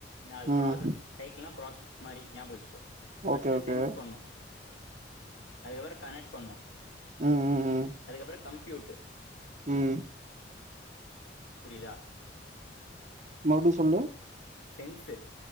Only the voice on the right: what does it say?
ம்
ஓகே ஓகே
ம் ம் ம்
ம்
மறுடி சொல்லு